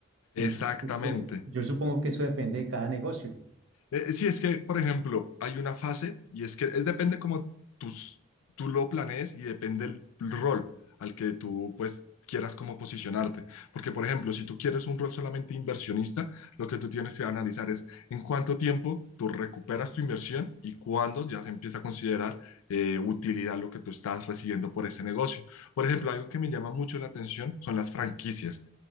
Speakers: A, on the right; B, on the left.
A: Entonces,
B: Exactamente.
A: pues yo supongo que eso depende de cada negocio.
B: Eh, sí, es que, por ejemplo, hay una fase y es que es, depende como tus, tú lo planees y depende el rol al que tú pues quieras como posicionarte. Porque, por ejemplo, si tú quieres un rol solamente inversionista, lo que tú tienes que analizar es en cuánto tiempo tú recuperas tu inversión y cuándo ya se empieza a considerar eh, utilidad lo que tú estás recibiendo por ese negocio. Por ejemplo, algo que me llama mucho la atención son las franquicias